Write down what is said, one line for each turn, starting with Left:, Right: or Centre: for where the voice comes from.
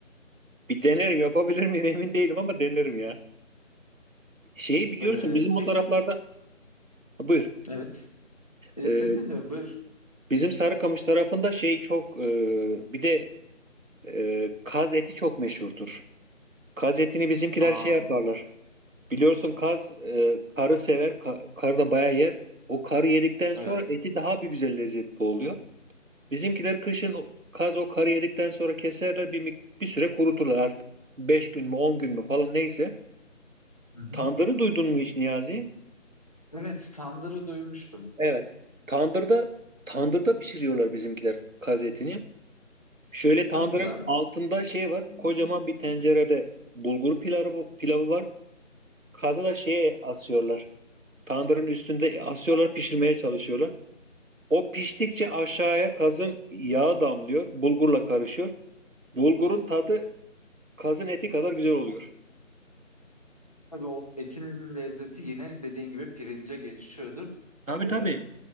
Right: Bir denerim yapabilir miyim emin değilim ama denerim ya. Şeyi biliyorsun
Left: E,
Right: bizim bu
Left: peki,
Right: taraflarda Ha, buyur.
Left: evet. E,
Right: E,
Left: seni dinliyorum. Buyur.
Right: bizim Sarıkamış tarafında şey çok e, bir de e, kaz eti çok meşhurdur. Kaz etini bizimkiler
Left: Aa.
Right: şey yaparlar. Biliyorsun kaz e, karı sever. ka- karı da bayağı yer. O karı yedikten sonra
Left: Evet.
Right: eti daha bir güzel lezzetli oluyor. Bizimkiler kışın o- kaz o karı yedikten sonra keserler bir, mik- bir süre kuruturlar artık. 5 gün mü 10 gün mü falan neyse.
Left: Hı hı.
Right: Tandırı duydun mu hiç Niyazi?
Left: Evet, tandırı duymuştum.
Right: Evet. Tandırda tandırda pişiriyorlar bizimkiler kaz etini. Şöyle
Left: Çok
Right: tandırın
Left: güzel.
Right: altında şey var. Kocaman bir tencerede bulgur pilavı, pilavı var. Kazı da şeye asıyorlar. Tandırın üstünde asıyorlar, pişirmeye çalışıyorlar. O piştikçe aşağıya kazın yağı damlıyor, bulgurla karışıyor. Bulgurun tadı kazın eti kadar güzel oluyor.
Left: Tabii o etin lezzeti yine dediğin gibi pirince geçiyordur.
Right: Tabii tabii.
Left: Ee,